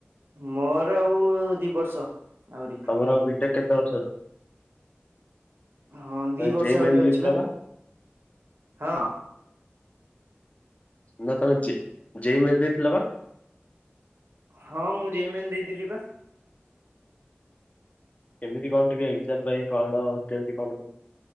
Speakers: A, on the right; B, on the left.
A: ମୋର ଆଉ ଦି ବର୍ଷ ଆହୁରି।
B: ତମର ଆଉ ବିଟେକ୍ କେତେ ବର୍ଷ ଅଛି?
A: ହଁ
B: ତମେ
A: ଦି ବର୍ଷ
B: ଜେଇ
A: ଆହୁରି
B: ମେନ୍
A: ଅଛିବା।
B: ଦେଇଥିଲ ବା
A: ହଁ
B: ନା ତମେ ଜେଇ ଜେଇମେନ୍ ଦେଇଥିଲ ବା?
A: ହଁ ମୁଁ ଜେଇମେନ୍ ଦେଇଥିଲି ପା।
B: କେମିତି କଣ ଟିକେ ଏକ୍ଜାମ ପାଇଁ ପଢ କେମିତି କଣ?